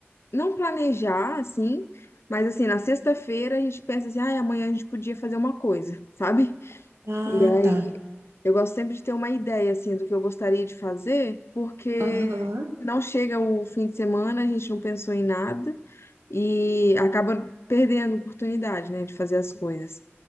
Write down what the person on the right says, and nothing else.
Ah,
tá.
Aham.